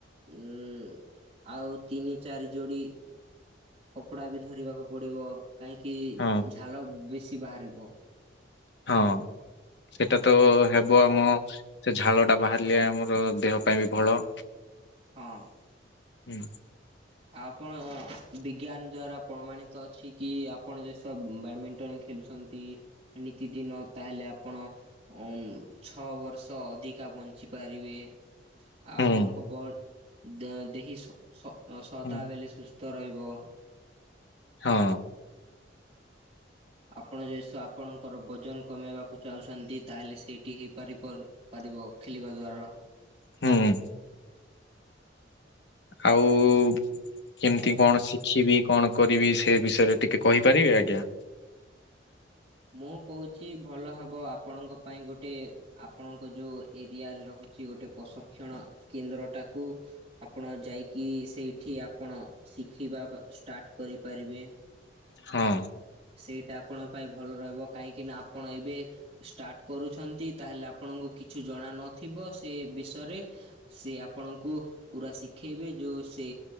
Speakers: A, on the right; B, on the left.
A: ଉଁ ଆଉ ତିନି ଚାରି ଯୋଡି କପଡ଼ା ବି ଧରିବାକୁ ପଡିବ। କାହିଁକି
B: ହଁ
A: ଝାଳ ବେଶୀ କି ବାହାରିବ
B: ହଁ ସେ ସେଟା ତ ହେବ ଆମ ସେ ଝାଳଟା ବାହାରିଲେ ଆମର ଦେହ ପାଇଁ ବି ଭଲ।
A: ହଁ ଅଁ।
B: ହୁଁ।
A: ଆପଣ ବିଜ୍ଞାନ ଦ୍ଵାରା ପ୍ରମାଣିତ ଅଛି କି ଆପଣ ଯେ ସବ ବ୍ୟାଡମିଣ୍ଟନ ଖେଳୁଛନ୍ତି। ନିତିଦିନ ତାହେଲେ ଆପଣ ଉମ୍ ଛଅ ବର୍ଷ ଅଧିକା ବଞ୍ଚି ପାରିବେ ଆଉ
B: ହୁଁ
A: ଆପଣଙ୍କ ବଡ଼ ଦ ଦେହି ସ ସ ସଦା
B: ହୁଁ,
A: ବେଲେ ସୁସ୍ଥ ସୁସ୍ଥ ରଇବ।
B: ହଁ।
A: ଆପଣ ଯଦିସେ ଆପଣଙ୍କର ବଜନ କମାଇବାକୁ ଚାହୁଁଛନ୍ତି ତାହେଲେ ସେଇଠି ହି ପାରିବ ପାରିବ ଖେଳିବା ଦ୍ୱାରା।
B: ହୁଁ। ଆଉ-ଉ-ଉ-ଉ କେମନ୍ତି କଣ ଶିଖିବି, କଣ କରିବି ସେ ବିଷୟରେ ଟିକେ କହିପାରିବେ ଆଜ୍ଞା!
A: ମୁଁ କହୁଛି ଭଲ ହେବ ଆପଣଙ୍କ ପାଇଁ ଗୋଟେ ଆପଣଙ୍କ ଯୋଉ ଏରିଆରେ ରହୁଛି ଗୋଟେ ପ୍ରଶକ୍ଷଣ କେନ୍ଦ୍ରଟାକୁ ଆପଣ ଯାଇକି ସେଇଠି ଆପଣ ଶିଖିବା ଅ ଷ୍ଟାର୍ଟ କରିପାରିବେ।
B: ହଁ।
A: ସେଇଟା ଆପଣ ପାଇଁ ଭଲ ରହିବ। କାହିଁକି ନା ଆପଣ ଏବେ ଷ୍ଟାର୍ଟ କରୁଛନ୍ତି ତାହେଲେ ଆପଣଙ୍କୁ କିଛି ଜଣା ନଥିବ। ସେ ବିଷୟରେ ସେ ଆପଣଙ୍କୁ ପୁରା ଶିଖେଇବେ ଯୋଉ ସେ